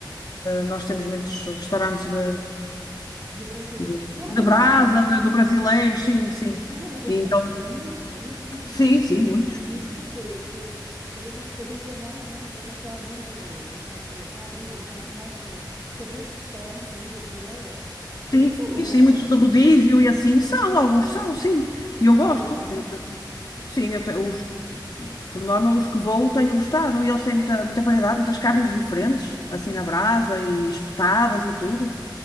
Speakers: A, on the left; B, on the right.
A: Nós temos muitos restaurantes de,
B: Do Brasil.
A: de,
B: Estão a
A: da
B: abrir
A: Brasa,
B: bastante.
A: de- do brasileiro, sim, sim.
B: Estão a abrir bastante
A: E então,
B: aí, não é? Eu também. Isso,
A: sim,
B: isso a
A: sim,
B: minha mãe
A: muitos.
B: tinha-me dito que, que cada, vi- cada dia mais bueno, estão, estão abrindo, mas eh, estão a abrir mais, mais eh, cadeias de restaurantes aí brasileiras. Olha,
A: Sim,
B: e são boas.
A: sim, muitos de rodízio e assim são, alguns são, sim. E eu
B: E
A: gosto.
B: tu provaste?
A: Eu- sim, eu te- os, por norma, os que vou tenho gostado. E eles têm muita, muita variedade, muitas carnes diferentes, assim na brasa e espetadas e tudo.